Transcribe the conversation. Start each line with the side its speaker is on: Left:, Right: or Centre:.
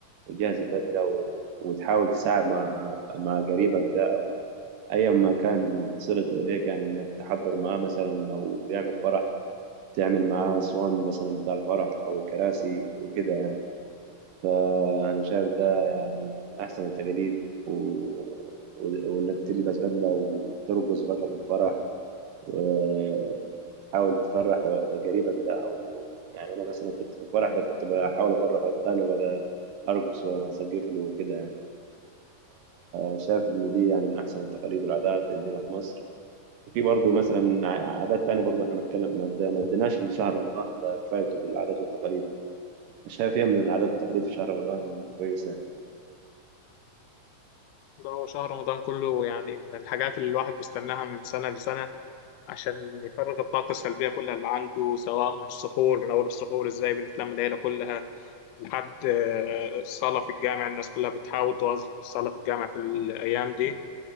Right: وتجهز البدلة و... وتحاول تساعد مع مع قريبك ده أو أيا ما كان صلته إليك يعني إنك تحضر معاه مثلا لو بيعمل فرح تعمل معاه أسوان مثلا بتاع الفرح أو الكراسي وكده يعني فأنا شايف ده يعني من أحسن التقاليد و... و- وإنك تلبس بدلة وترقص بقى في الفرح و- وتحاول تفرح و- قريبك ده او يعني انا مثلا كنت في الفرح ده كنت بحاول افرح واتقاله وده ارقص واسقف له وكده يعني فشايف ان دي يعني من احسن التقاليد والعادات اللي عندنا في مصر وفي برضه مثلا ع- عادات تانية برضه احنا بنتكلم ما اد- ما اديناش لشهر رمضان ده كفايته في العادات والتقاليد شايف ايه من العادات والتقاليد في شهر رمضان كويسة
Left: ده هو شهر رمضان كله يعني من الحاجات اللي الواحد بيستناها من سنة لسنة عشان يفرغ الطاقة السلبية كلها اللي عنده سواء من السحور من أول السحور إزاي بنتلم العيلة كلها لحد آه، الصلاة في الجامع الناس كلها بتحاول توظف الصلاة في الجامع في الأيام دي